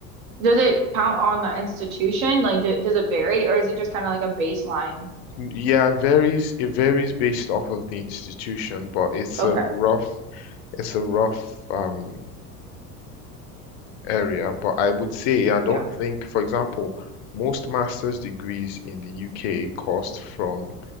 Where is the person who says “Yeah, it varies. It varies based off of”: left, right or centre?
Left